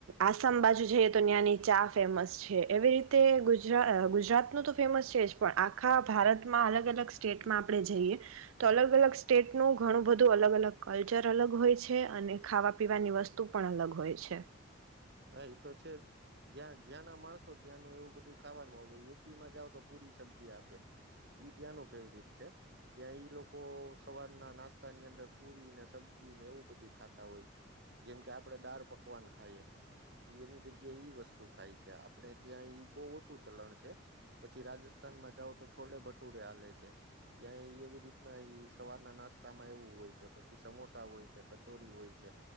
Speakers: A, on the right; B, on the right.
A: આસામ બાજુ જઈએ તો ના્યાની ચા ફેમસ છે. છે એવી રીતે ગુજરા ગુજરાતનું તો ફેમસ છે જ પણ આખા ભારતમાં અલગ અલગ સ્ટેટમાં આપણે જઈએ, તો અલગ અલગ સ્ટેટનું ઘણું બધું અલગ અલગ કલ્ચર અલગ હોય છે અને ખાવા પીવાની વસ્તુ પણ અલગ હોય છે.
B: હા એ તો છે જ જ્યાં જ્યાંના માણસો ત્યાંનું એવું બધું ખાવાનું હવે યુપીમાં જાવ તો પૂરી સબ્જી આપે, ઈ ત્યાંનું ફેવરિટ છે, ત્યાં ઈ લોકો સવારના નાસ્તાની અંદર પુરીને સબ્જીને એવું બધું ખાતા હોય, જેમ કે આપણે દાળ પકવાન ખાઈએ. એ એની જગ્યાએ ઈ વસ્તુ ખાય છે આપણે ત્યાં એ બહુ ઓછું ચલણ છે, પછી રાજસ્થાનમાં જાઓ તો છોલે ભટુડે હાલે છે, ત્યાં એ એવી રીતના સવારના નાસ્તામાં એવું હોય છે પછી સમોસા હોય છે કચોરી હોય છે,